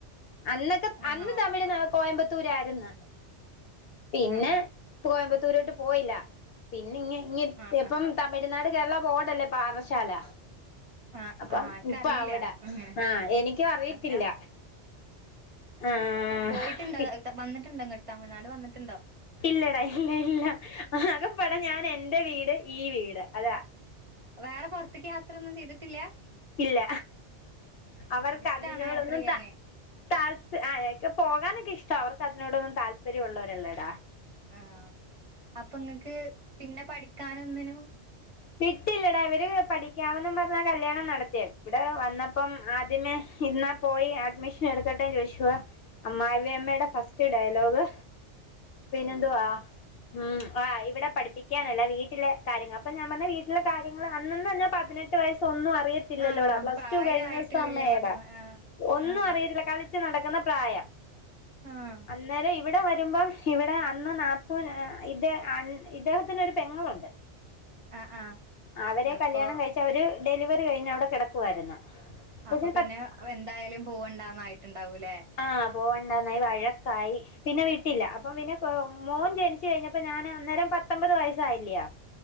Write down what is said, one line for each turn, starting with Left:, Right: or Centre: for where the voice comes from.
Left: അന്നൊക്കെ
Right: ആണോ?
Left: അന്ന് തമിഴുന്ന കോയമ്പത്തൂരാരുന്നു പിന്നെ.
Right: ആഹ്
Left: കോയമ്പത്തൂരോട്ട് പോയില്ല പിന്നെ ഇങ്‌ ങ്‌
Right: ആഹ്
Left: എപ്പം
Right: ആഹ്
Left: തമിഴ്നാട് കേരള ബോടല്ലേ പാറശാല
Right: ആഹ്
Left: അപ്പം
Right: ആഹ് എക്കറിയില്ല
Left: ഇപ്പ അവിടെ
Right: അങ്ങനെ
Left: ആഹ് എനിക്കു അറിയത്തില്ല
Right: ഞാ
Left: ആഹ്
Right: പോയിട്ടുണ്ടോ വന്നിട്ടുണ്ട് ഇങ്ങട്ട് തമിഴ്നാട് വന്നിട്ടുണ്ടോ?
Left: ഇല്ലടാ ഇല്ല ഇല്ല ആകപ്പടെ ഞാൻ എന്റെ വീട് ഈ വീട് അതാ
Right: വേറെ പൊറത്തേക്ക് യാത്രൊന്നും ചെയ്തിട്ടില്ല
Left: ഇല്ല. അവർക്ക്
Right: ഇഷ്ടാണ്
Left: അതിനോടൊന്നും
Right: യാത്ര ചെയ്യാന്
Left: ത താൽപ് എനിക്ക് പോകാനൊക്കെ ഇഷ്ട അവർക്ക് അതിനോടൊന്നും താല്പര്യവുള്ളോരല്ലടാ
Right: ആഹ് അപ്പങ്ങക്ക് പിന്നെ പഠിക്കാനൊന്നിനും
Left: വിട്ടില്ല ടവര് പഠിക്കാവന്നും പറഞ്ഞാ കല്യാണം നടത്തിയേ ഇവിടെ വന്നപ്പം ആദ്യമേ ഇന്ന പോയി അഡ്മിഷൻ എടുക്കട്ടെ ചോദിച്ചു അമ്മായമ്മയുടെ ഫസ്റ്റ് ഡയലോഗ് പിന്നെ
Right: അയ്യോ
Left: എന്തുവാ ഉം ആഹ് ഇവിടെ പഠിപ്പിക്കാനല്ല വീട്ടിലെ കാര്യങ്ങ അപ്പൊ ഞാ ൻ പറഞ്ഞു വീട്ട്ലെ കാര്യങ്ങൾ അന്നന്നും ഞാൻ പതിനെട്ട് വയസ് ഒന്നും അറിയ ത്തില്ലല്ലോടാ
Right: ആഹ്
Left: പ്ലസ്
Right: പ്രായായിട്ടില്ലല്ലേ
Left: ടു കഴിയുന്ന സമയടാ
Right: പറഞ്ഞു ആഹ്
Left: ഒന്നും
Right: ആഹ്
Left: അറിയില്ല കാ ളിച്ചു നടക്കുന്ന പ്രായം
Right: ആഹ്
Left: അന്നേര ഇ വിടെ വരുമ്പം ഇവിടെ അന്ന് നാത്തു ഏഹ് ഇത് അണ് ‌ ഇദ്ദേഹത്തിന് ഒരു പെങ്ങളുണ്ട്
Right: അഹ് ആഹ്
Left: അവരെ
Right: അപ്പൊ
Left: കല്യാണം കഴിച്ച അവര് ഡെലിവറി കഴിഞ് അവിടെ കിടക്കുവായിരുന്നു കൊച്ചിന്
Right: അപ്പ പിന്നെ
Left: പ
Right: എന്തായാലും പൂവണ്ടന്നായിട്ടുണ്ടാവൂല്ലേ
Left: ആഹ് പോവണ്ടന്നായി വഴക്കായി പിന്നെ വിട്ടില്ല. അപ്പം പിന്നെ മോൻ ജനിച്ചു കഴിഞ്ഞപ്പോ ഞാൻ അന്നേരം പത്തൊമ്പത് വയസ്സായില്ലാ.